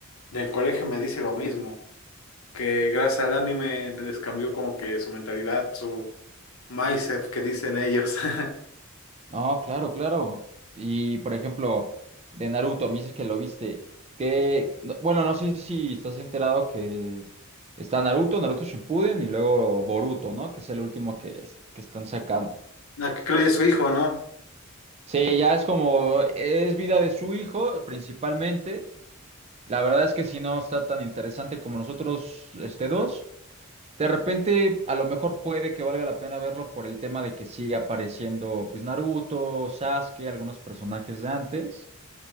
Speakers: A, on the left; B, on the right.
A: del colegio me dice lo mismo, que gracias al anime les cambió como que su mentalidad, su mindset que dicen ellos. <laughs>
B: No, claro, claro. Y por ejemplo, de Naruto, me dices que lo viste. Que, no- bueno, no sé si estás enterado que está Naruto, Naruto Shippuden y luego Boruto, ¿no? Que es el último que, es- que están sacando.
A: No, que creo que es su hijo, ¿no?
B: Sí, ya es como, es vida de su hijo principalmente. La verdad es que si no está tan interesante como nosotros, este dos. De repente, a lo mejor puede que valga la pena verlo por el tema de que sigue apareciendo, pues Naruto, Sasuke, algunos personajes de antes.